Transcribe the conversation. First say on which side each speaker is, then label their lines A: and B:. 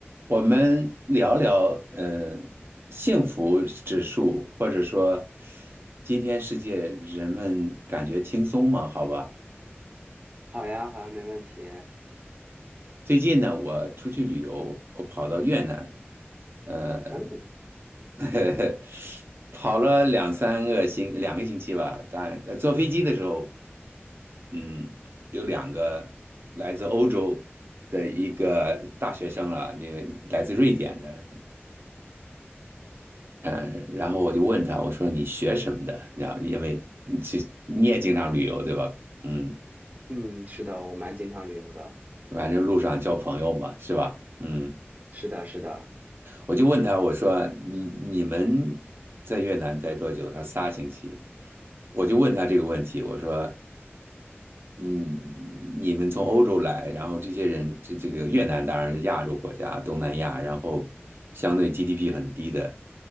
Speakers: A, on the right; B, on the right.
A: 我们聊聊，呃，幸福指数，或者说，今天世界人们感觉轻松吗？好吧，
B: 好呀，好呀，没问题。
A: 最近呢，我出去旅游，我跑到越南，呃，
B: 哦，
A: <laughs> 跑了两三个星，两个星期吧。但在坐飞机的时候，嗯，有两个来自欧洲的一个大学生了，因为来自瑞典的。嗯，然后我就问他，我说你学什么的？你知道，因为你其实你也经常旅游，对吧？嗯，
B: 嗯，是的，我蛮经常旅游的。
A: 反正路上交朋友嘛，是吧？嗯，
B: 是的，是的，
A: 我就问他，我说你你们在越南待多久？他说仨星期。我就问他这个问题，我说你你们从欧洲来，然后这些人这这个越南当然是亚洲国家，东南亚，然后相对 GDP 很低的。